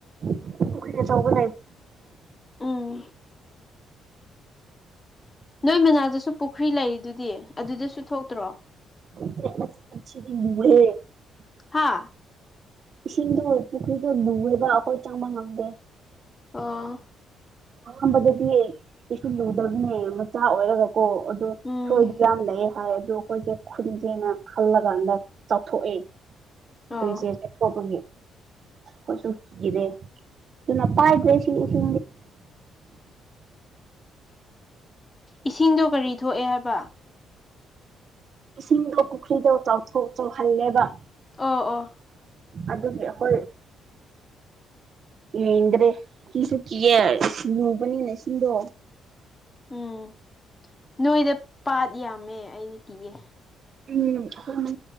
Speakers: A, on the right; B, on the left.
A: ꯄꯨꯣꯈ꯭ꯔꯤꯗ ꯆꯕ
B: ꯎꯝ ꯅꯣꯏ ꯃꯅꯥꯗꯁꯨ ꯄꯨꯈ꯭ꯔꯤ ꯂꯩꯔꯤꯗꯨꯗꯤ ꯑꯗꯨꯗꯁꯨ ꯊꯣꯛꯇ꯭ꯔꯣ
A: ꯑꯤ ꯂꯦ
B: ꯍꯥꯥ
A: ꯏꯁꯤꯡꯗꯣꯏ ꯄꯨꯈꯔꯤꯗꯣ ꯅꯨꯡꯔꯦꯕ ꯑꯈꯣꯏ ꯆꯪꯃ ꯉꯝꯗꯦ
B: ꯑꯥ
A: ꯑꯍꯥꯟꯕꯗꯗꯤ ꯀꯩꯁꯨꯁꯨ ꯂꯨꯗꯕꯅꯦ ꯃꯆꯥ ꯑꯣꯏꯔꯒ ꯀꯣ ꯑꯗꯨꯗꯣ
B: ꯎꯝ
A: ꯊꯣꯏꯗꯤ ꯌꯥꯝ ꯂꯩꯌꯦꯦ ꯍꯥꯏ ꯑꯗꯨꯗꯣ ꯑꯩꯈꯣꯏꯁꯦ ꯈꯨꯟꯁꯦꯅ ꯈꯜꯂ ꯀꯥꯟꯗ ꯆꯥꯎꯊꯣꯛꯑꯦ
B: ꯑꯣ
A: ꯇ ꯆꯦ ꯆꯦ ꯀꯕꯨꯣꯒ ꯍꯁꯨ ꯒꯤꯗꯦ ꯑꯗꯨꯅ ꯄ ꯍꯥꯏꯗ꯭ꯔꯦ ꯁꯤ ꯁꯤ
B: ꯏꯁꯤꯡꯗꯣ ꯀꯔꯤ ꯊꯣꯛꯑꯦ ꯍꯥꯏꯕ
A: ꯏꯁꯤꯡꯗꯣ ꯄꯨꯈ꯭ꯔꯤꯗꯣ ꯆꯥꯎꯊꯣꯛ ꯆꯥꯎꯧꯍꯜꯂꯦꯕ
B: ꯑ ꯑꯣ
A: ꯑꯗꯨꯒꯤ ꯍꯣꯏꯦ ꯌꯦꯡꯗ꯭ꯔꯦ ꯀꯤꯁꯨ ꯀꯤꯌꯦꯦ ꯂꯨꯕꯅꯤꯅꯁꯤꯡꯗꯣ
B: ꯎꯝ ꯅꯣꯏꯗ ꯄꯥꯠ ꯌꯥꯝꯃꯦ ꯑꯩꯗꯤ ꯀꯤꯌꯦꯦ
A: ꯎꯝ ꯑꯩꯈꯣꯏ ꯃ